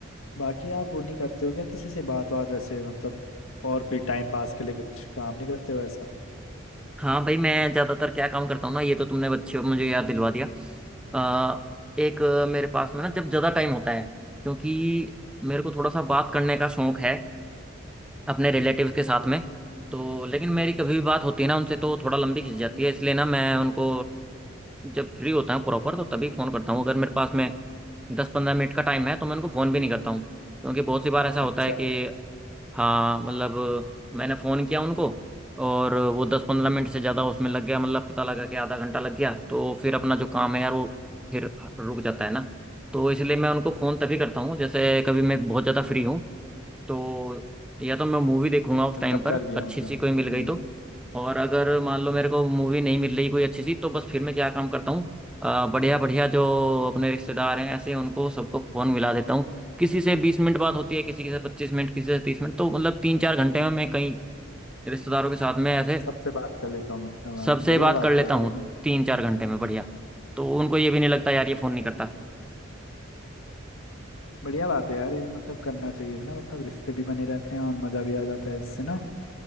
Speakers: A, on the left; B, in the centre.
A: बाकी आप वो नहीं करते हो क्या किसी से बात बात वैसे मतलब और कोई टाइम पास के लिए कुछ काम नहीं करते हो ऐसा
B: हाँ भाई मैं ज़्यादातर क्या काम करता हूँ ना ये तो तुमने बच्चे मुझे याद दिलवा दिया अ, एक अ, मेरे पास में ना जब ज़्यादा टाइम होता है क्योंकि मेरे को थोड़ा सा बात करने का शौक है अपने रिलेटिव्स के
A: हम्म,
B: साथ में तो लेकिन मेरी कभी भी बात होती है ना उनसे तो थोड़ा लंबी खिंच जाती है इसलिए ना मैं उनको जब फ्री होता हूँ प्रॉपर तो तभी फ़ोन करता हूँ अगर मेरे पास में दस पंद्रह मिनट का टाइम है तो मैं उनको फ़ोन भी नहीं करता हूँ क्योंकि बहुत सी बार ऐसा होता
A: अच्छा
B: है कि हाँ मतलब मैंने फ़ोन किया उनको और वो दस पंद्रह मिनट से ज़्यादा उसमें लग गया मतलब पता लगा कि आधा घंटा लग गया तो फिर अपना जो काम है यार वो फिर रुक जाता है ना तो इसलिए मैं उनको फ़ोन तभी करता हूँ जैसे कभी मैं बहुत ज़्यादा फ्री हूँ तो या तो मैं मूवी देखूंगा उस टाइम
A: तब
B: पर
A: कर दिया
B: अच्छी
A: मतलब
B: सी कोई मिल गई
A: हम्म
B: तो और अगर मान लो मेरे को मूवी नहीं मिल रही कोई अच्छी सी तो बस फिर मैं क्या काम करता हूँ अ, बढ़िया बढ़िया जो अपने रिश्तेदार हैं ऐसे उनको सबको फोन मिला देता हूँ किसी से बीस मिनट बात होती है किसी से पच्चीस मिनट किसी से तीस मिनट तो मतलब तीन चार घंटे में मैं कई रिश्तेदारों के साथ में ऐसे
A: सबसे बात कर लेता हूँ मतलब हाँ
B: सबसे
A: बढ़िया
B: बात
A: बात
B: कर लेता
A: है यार
B: हूँ तीन चार घंटे में बढ़िया तो उनको ये भी नहीं लगता यार ये फोन नहीं करता
A: बढ़िया बात है यार ये भी मतलब करना चाहिए ना मतलब रिश्ते भी बने रहते हैं और मजा भी आ जाता है इससे ना